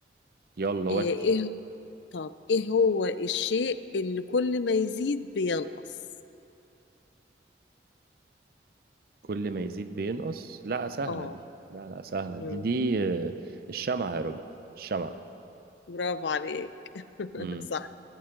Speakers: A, on the right; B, on the left.
A: يلا ودي
B: ايه إيه- طب ايه هو الشيء اللي كل ما يزيد بينقص
A: كل ما يزيد بينقص لا سهلة
B: اه
A: دي لا لا سهلة دي
B: مم.
A: دي آه، الشمعة يا رب الشمعة
B: برافو عليك <laughs>
A: امم
B: صح